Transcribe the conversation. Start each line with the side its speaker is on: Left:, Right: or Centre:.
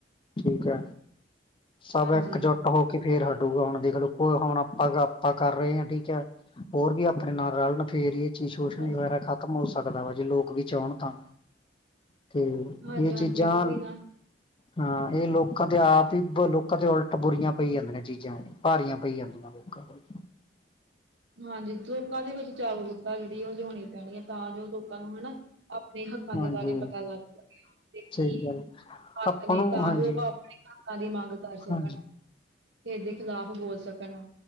Left: ਠੀਕ ਹੈ ਸਭ
Right: ਹਾਂਜੀ
Left: ਇਕਜੁੱਟ ਹੋ ਕੇ ਫੇਰ ਹਟੂਗਾ ਹੁਣ ਦੇਖਲੋ ਕੋ ਹੁਣ ਆਪਾਂ ਆਪਾਂ ਕਰ ਰਹੇ ਹ ਠੀਕ ਹੈ ਹੋਰ ਵੀ ਆਪਣੇ ਨਾਲ ਰਲਣ ਫੇਰ ਇਹ ਚੀਜ਼ ਸ਼ੋਸ਼
Right: ਹਾਂਜੀ
Left: ਵਗੈਰਾ ਖਾ ਕੰਮ ਹੋ ਸਕਦਾ ਵਾ ਜੇ ਲੋਕ ਵੀ ਚਾਹਣ ਤਾਂ ਤੇ
Right: ਹਾਂਜੀ
Left: ਇਹ
Right: ਹਾਂਜੀ
Left: ਚੀਜ਼ਾਂ
Right: ਉਹ ਵੀ ਨਾ
Left: ਹਾਂ ਇਹ ਲੋਕਾਂ ਤੇ, ਆਪ ਹੀ ਲੋਕਾਂ ਤੇ ਉਲਟ ਬੁਰੀਆਂ ਪਈ ਜਾਂਦੀਆਂ ਚੀਜ਼ਾਂ ਭਾਰੀਆਂ ਪਈ ਜਾਂਦੀਆਂ। ਹ <unintelligible>
Right: ਹਾਂਜੀ, ਲੋਕਾਂ ਦੇ ਵਿੱਚ ਜਾਗਰੂਕਤਾ, ਜਿਹੜੀ ਉਹ ਲਿਆਉਣੀ ਪੈਣੀ ਹੈ, ਤਾਂ ਜੋ ਲੋਕਾਂ ਨੂੰ ਹਨਾ ਆਪਣੇ ਹੱਕਾਂ ਦੇ,
Left: ਹਾਂਜੀ
Right: ਬਾਰੇ ਪਤਾ ਲੱਗ ਸਕੇ ਕੀ
Left: ਸਹੀ ਗੱਲ
Right: ਹਕ
Left: ਆਪਾਂ
Right: ਨੇ,
Left: ਨੂੰ
Right: ਤਾਂ
Left: ਹਾਂਜੀ
Right: ਜੋ ਆਪਣੇ ਹੱਕਾਂ ਦੀ, ਮੰਗ ਕਰ ਸਕਣ।
Left: ਹਾਂਜੀ
Right: ਇਹਦੇ, ਖਿਲਾਫ਼ ਬੋਲ ਸਕਣ।